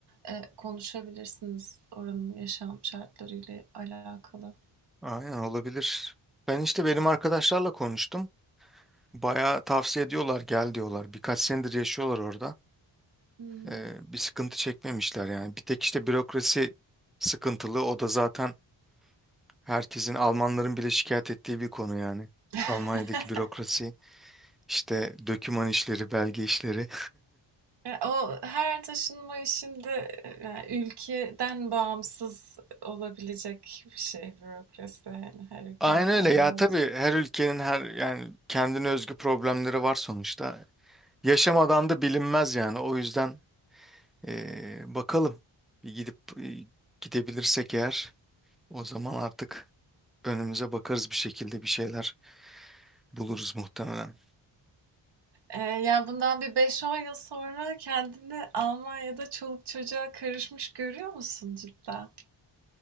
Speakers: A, on the right (about 55°); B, in the centre.
A: e, konuşabilirsiniz oranın yaşam şartlarıyla alakalı.
B: aynen olabilir. Ben işte benim arkadaşlarla konuştum. Bayağı tavsiye ediyorlar gel diyorlar. Birkaç senedir yaşıyorlar orada.
A: Hmm.
B: Ee, bir sıkıntı çekmemişler yani. Bir tek işte bürokrasi sıkıntılı. O da zaten herkesin Almanların bile şikayet ettiği bir konu yani.
A: <laughs>
B: Almanya'daki bürokrasi işte döküman işleri, belge işleri.
A: E, O her taşınma işinde e, yani ülkeden bağımsız olabilecek bir şey bürokrasi. Yani her
B: <laughs>
A: ülkenin
B: Aynen
A: kendine
B: öyle ya tabii
A: özgü.
B: her ülkenin her yani kendine özgü problemleri var sonuçta. Yaşamadan da bilinmez yani. O yüzden ee, bakalım. Bir gidip e, gidebilirsek eğer o zaman artık Önümüze bakarız bir şekilde bir şeyler buluruz muhtemelen.
A: E, yani bundan bir beş on yıl sonra kendini Almanya'da çoluk çocuğa karışmış görüyor musun cidden?